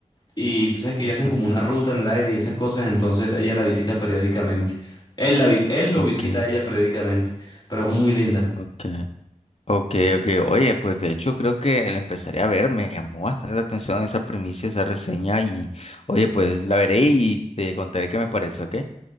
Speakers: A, on the left; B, on the left.
A: y tú sabes que ellos
B: ujú,
A: hacen como
B: ujú.
A: una ruta en el aire y esas cosas, entonces ella la visita periódicamente. Él, la vi- él lo
B: Ok,
A: visita a ella periódicamente, pero es muy linda.
B: ok. Ok, ok. Oye, pues de hecho creo que la empezaré a ver. Me llamó bastante la atención esa primicia, esa reseña y oye, pues la veré y te contaré qué me parece, ¿ok?